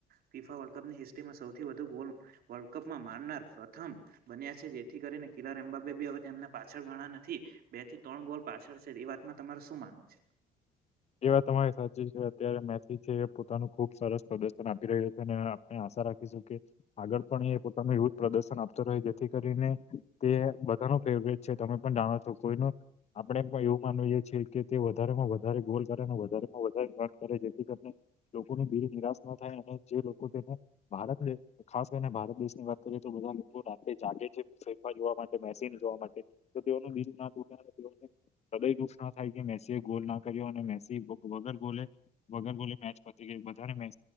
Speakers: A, on the right; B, on the left.
A: ફીફા વર્લ્ડ કપની હિસ્ટ્રીમાં સૌથી વધુ ગોલ વર્લ્ડ કપમાં માનનાર પ્રથમ બન્યા છે જે થી કરીને કિલાર એમ્બાબે બી હવે એમને પાછળ ઘણા નથી બે થી ત્રણ ગોલ પાછળ છે એ વાતમાં તમારે શું મા નવું છે.
B: એ વાત તમારી સાચી છે, અત્યારે મેસી છે એ પોતાનું ખુબ સરસ પ્રદર્શન આપી રહ્યું છે અને આપ સા રાખીશું કે આગળ પણ એ પોતાનું એવું જ પ્રદર્શન આપતો રહે જેથી કરીને તે બધાનુ ફેવરેટ છે, તમે પણ જાણો છો કોઈ નો આપણે પણ એવું માનુ એ છે કે તે વધારે માં વધારે ગોલ વધારેમાં વધારે વધે કરે જેથી કરીને લોકોને નિરાશ ના થાય અને જે લોકો તેને ભારતે ખાસ કરીને ભારત દેશની વાત કરીએ તો બધા લોકો રાતે જાગે છે, ફીફા જોવા માટે મેસીને જોવા માટે તો તેઓને <unintelligible> ના થાય કે મેસી ગોલ ના કર્યો અને મે સી ગલ વગર ગોલે વગર ગોલે મેચ પતી ગઈ બધાને